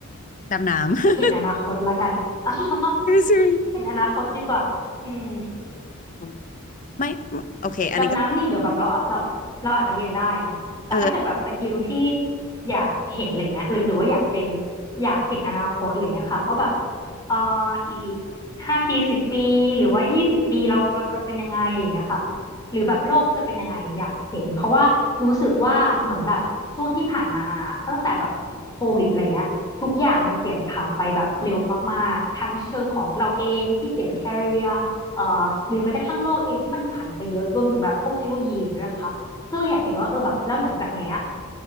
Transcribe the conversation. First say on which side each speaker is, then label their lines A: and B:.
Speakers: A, on the left; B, on the left.
A: ดำน้ำ
B: เห็นอนาคตละกัน <laughs>
A: <laughs> ไม่ใช่
B: เห็นอนาคตดีกว่าอืม
A: ำไม่ไม่โอเคอันนี้ก็
B: ดำน้ำนี่เดี๋ยวแบบเราเราเราอาจจะเรียนได้เนาะแต่ถ้าเกิดแบบสกิลที่
A: เออ
B: อยากเห็นอะไรเงี้ยหรือหรือว่าอยากเป็นอยากเห็นอนาคตอะไรเงี้ยค่ะว่าแบบเอ่ออีกห้าปีสิบปีหรือว่ายี่สิบปีเราเราจะเป็นยังไงอะไรเงี้ยค่ะหรือแบบโลกจะเป็นยังไงอยากเห็นเพราะว่ารู้สึกว่าเหมือนแบบช่วงที่ผ่านมาตั้งแต่แบบโควิดอะไรเงี้ยทุกอย่างมันเปลี่ยนผ่านไปแบบเร็วมากๆทั้งเชิงของเราเองที่เปลี่ยน career เอ่อหรือแม้กระทั่งโลกเองที่มันผันไปเยอะรวมถึงแบบพวกเทคโนโลยีอย่างเงี้ยนะคะก็เลยอยากเห็นว่าเออแบบแล้วหลังจากเนี้ย